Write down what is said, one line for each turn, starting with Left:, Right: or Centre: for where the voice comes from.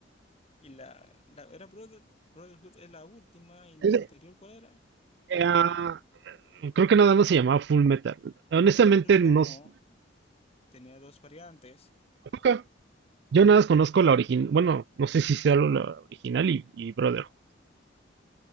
Left: y la, la- Era Brother- Brotherhood es la última y la
Right: Es de-
Left: anterior, ¿cuál era?
Right: eh, ah, creo que nada más se llamaba Full Metal. Honestamente, no.
Left: No,
Right: s-
Left: tenía dos variantes.
Right: Nunca. Yo nada más conozco la original, bueno, no sé si sea la la original y, y Brotherhood.